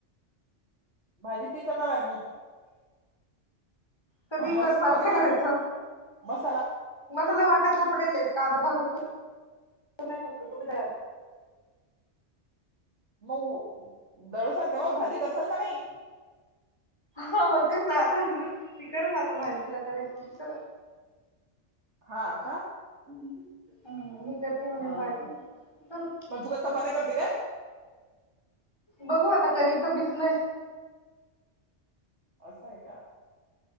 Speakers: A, on the right; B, on the left.
A: भाजी ती करणार आहे मी.
B: कधी
A: मस
B: कर मला
A: मसाला
B: काय करायचं
A: मस
B: मसाला वाटायच पडेलय ते कादा भाजून ठेव ठूलाय फक्त तो बी दळेल.
A: मग अ दळसाल तेंव्हाच भाजी करसाल का नाई?
B: हा मग तेच ना आता, ती करल आता भाजी तिला करायची ती करल.
A: हां का? हा
B: ह मी करते म्हणे भाजी
A: म
B: करूच
A: तु काय चपात्या करती काय?
B: बघू आता कणिक त भिजलय.
A: असं हाय का?